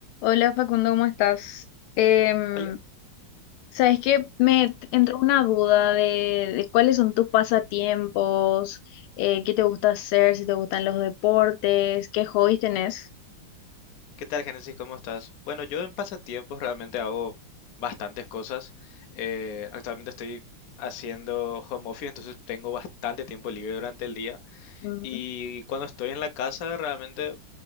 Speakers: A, on the left (about 80°); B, on the left (about 65°).
A: Hola Facundo, ¿cómo estás? Em,
B: Hola,
A: sabes que me entró una duda de, de cuáles son tus pasatiempos, eh, qué te gusta hacer, si te gustan los deportes, qué hobbies tenés.
B: ¿qué tal, Génesis? ¿Cómo estás? Bueno, yo en pasatiempos realmente hago bastantes cosas. Eh, actualmente estoy haciendo home office, entonces tengo bastante tiempo libre durante el día.
A: Ujú.
B: Y cuando estoy en la casa, realmente